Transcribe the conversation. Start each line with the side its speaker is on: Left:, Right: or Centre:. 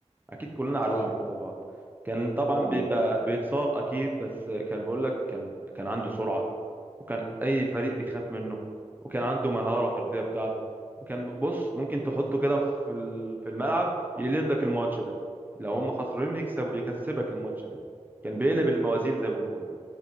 Right: اكيد كلنا عارفينه
Left: اه
Right: طبعا كان طبعا
Left: طبعا
Right: بيبقى
Left: يعني.
Right: بيتصاب اكيد بس كان بيقول لك كان كان عنده سرعة وكان اي فريق بيخاف منه وكان عنده مهارة فردية بتاعته وكان بص ممكن تحطه كده في ال- في الملعب يقلب لك الماتش ده لو هم خسرانين يكسبوا يكسبك الماتش ده كان بيقلب الموازين زي ما بيقولوا